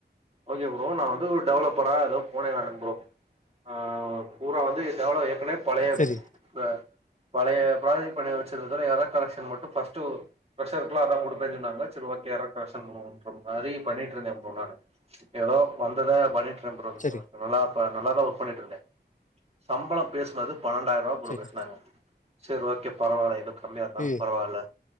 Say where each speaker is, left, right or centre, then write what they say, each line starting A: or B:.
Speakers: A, on the right (about 35°); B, on the left (about 45°).
A: ஓகே ப்ரோ நா வந்து ஒரு டெவலப்பரா ஏதோ போனே நா ப்ரோ ஆ பூரா வந்து எவ்வளவு ஏற்கனவே பழையப்
B: சரி
A: பே பழைய பிராஜக்ட் பண்ணி வச்சது தோட ஏரர் கலெஷன் மட்டு பஸ்ட்டு பிரஷர்குலா அதா குடுப்பெனு சொன்னாங்க செரி ஓக் எறர் கரக்சன் முன்ர மாரி பண்ணிட்டு இருந்த ப்ரோ நானு ஏதோ வந்தத பண்ணிட்டு ட்ட ப்ரோ
B: சரி
A: ரோ நல்லா பா நல்லாதா ஒர்க் பண்ணிட்டு இருந்த சம்பளம் பேசுனது பன்னெண்டாயிரூவா குடுக்ர
B: சரி
A: சோன்னாங்க செரி ஓகே பரவால்ல எதோ கம்மியா இருந்தாலு
B: ஏ
A: பரவால்ல